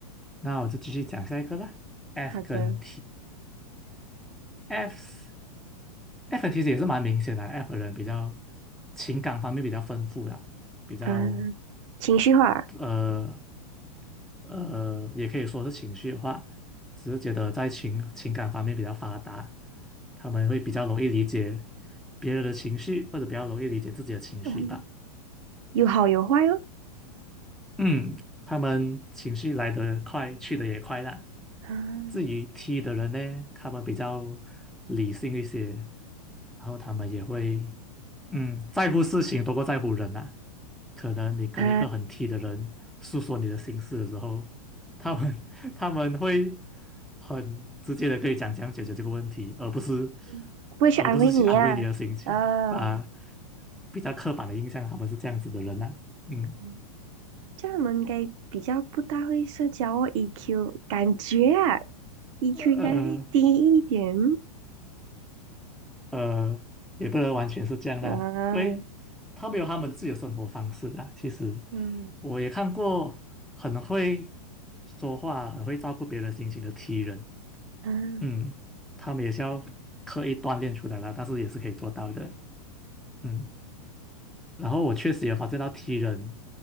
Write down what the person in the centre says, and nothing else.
那我就继续讲下一个啦。F
跟 T，F F 跟 T 其实也是蛮明显的啊，F 的人比较情感方面比较丰富啦，比较
呃呃，也可以说是情绪化，只是觉得在情情感方面比较发达，他们会比较容易理解别人的情绪，或者比较容易理解自己的情绪吧。
嗯，他们情绪来得快，去得也快啦。
至于 T 的人呢，他们比较理性一些，然后他们也会，嗯，在乎事情多过在乎人呐、可能你跟一个很
T 的人诉说你的心事的时候，他们 <laughs> 他们会很直接的跟你讲怎样解决这个问题，而不是
而不是去安慰你的心情，
把比较刻板的印象他们是这样子的人呐、嗯，
呃。
呃，也不能完全是这样啦，
因为他们有他们自己的生活方式啦。其实
我也看过很会说话、很会照顾别人心情的 T 人，
嗯，他们也是要刻意锻炼出来啦，但是也是可以做到的，嗯。然后我确实也发现到 T 人，